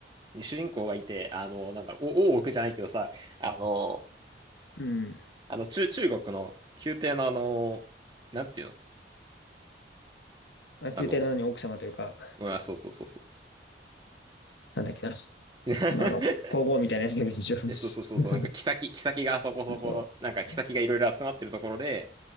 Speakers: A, on the right (about 25°); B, on the left (about 80°).
A: ー、主人公がいて、あのー、なんだろう、お、大奥じゃないけどさ、あのー、
B: うん。
A: あの、中、中国の宮廷のあのー、なんていうの
B: まあ、宮廷なのに奥様というか、
A: あのー、うんあ、そうそうそうそう。
B: なんだっけな。
A: <laughs>
B: まああの、皇后みたいなやつだけど一応 <laughs>
A: でそうそうそうそう、なんか、妃、妃がそこそこ、
B: そう。
A: なんか、妃がいろいろ集まってるところで、